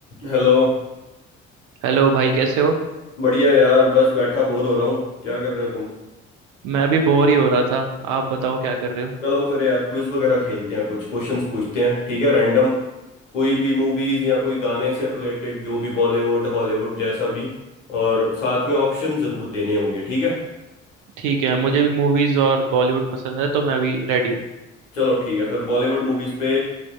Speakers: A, on the left; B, on the right.
A: Hello
B: Hello भाई कैसे हो
A: बढ़िया यार बस बैठा बोर हो रहा हूँ क्या कर रहे हो तुम
B: मैं अभी बोर ही हो रहा था आप बताओ क्या कर रहे हो
A: चलो फिर यार क्विज वगैरह खेलते हैं कुछ क्वेश्चंस पूछते हैं ठीक है रैंडम कोई भी मूवीज या कोई गाने से रिलेटेड जो भी बॉलीवुड हॉलीवुड जैसा भी और साथ में ऑप्शन जरूर देने होंगे ठीक है
B: ठीक है मुझे भी मूवीज और बॉलीवुड पसंद है तो मैं अभी रेडी हूँ
A: चलो ठीक है फिर बॉलीवुड मूवीज पे